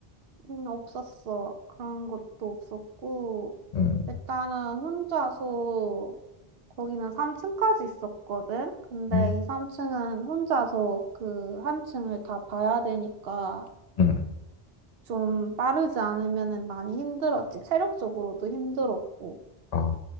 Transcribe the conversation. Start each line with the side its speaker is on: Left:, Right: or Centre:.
Right: 음, 없었어. 그런 것도 없었고
Left: 음,
Right: 일단은 혼자서 거기는 3층까지 있었거든. 근데
Left: 음,
Right: 이 3층은 혼자서 그 한 층을 다 봐야 되니까
Left: 음,
Right: 좀 빠르지 않으면은 많이 힘들었지. 체력적으로도 힘들었고.
Left: 아,